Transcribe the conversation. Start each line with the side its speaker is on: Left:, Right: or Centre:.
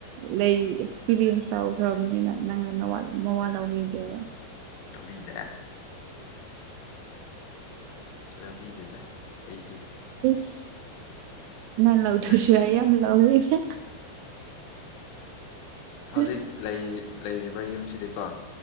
Right: ꯂꯩ ꯑꯦꯛꯁꯄꯤꯔꯤꯌꯦꯟꯁ ꯇꯧꯈ꯭ꯔꯕꯅꯤꯅ ꯅꯪꯅ ꯅ ꯋꯥꯠꯂ ꯃꯃꯥ ꯂꯧꯕꯤꯗꯦꯕ
Left: ꯂꯕꯤꯗꯦ ꯂꯧꯕꯤꯅꯨꯗ ꯑꯩꯗꯤ
Right: ꯏꯁ ꯅꯪ ꯂꯧꯗ꯭ꯔꯥꯁꯨ
Left: ꯑꯗꯨꯒꯤ
Right: ꯑꯩ ꯌꯥꯝ ꯂꯧꯕꯤꯒꯦ
Left: ꯍꯧꯖꯤꯛ
Right: ꯎꯝ ꯑꯣ ꯑꯣ ꯑꯣ
Left: ꯂꯩꯔꯤ ꯂꯩꯔꯤꯕ ꯌꯨꯝꯁꯤꯗꯤꯀꯣ